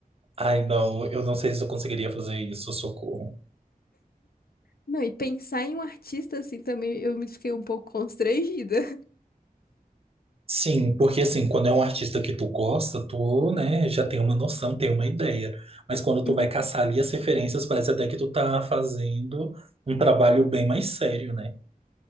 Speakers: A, on the right; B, on the left.
A: Ai, não, eu não sei se eu conseguiria fazer isso, socorro.
B: Não, e pensar em um artista, assim, também eu me fiquei um pouco constrangida.
A: Sim, porque assim, quando é um artista que tu gosta, tu, né, já tem uma noção, tem uma ideia. Mas quando tu
B: <laughs>
A: vai caçar ali as referências, parece até que tu tá fazendo um trabalho bem mais sério, né?